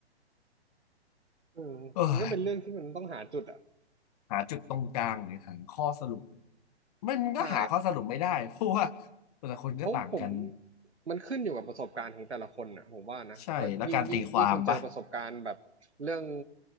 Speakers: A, on the right (about 75°); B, on the left (about 35°).
A: เออมันก็เป็นเรื่องที่มันต้องหาจุดอ่ะ
B: เอ้ยหาจุดตรงกลางหรือหาข้อสรุปมันก็หาข้อสรุปไม่ได้เพราะว่า
A: ใช่
B: แต่ละคนก็ต่างกัน
A: ผมผมมันขึ้นอยู่กับประสบการณ์ของแต่ละคนอ่ะผมว่านะว่ายิ่งยิ่งยิ่งคุณเจอประสบการณ์แบบเรื่อง
B: ใช่แล้วการตีความปะ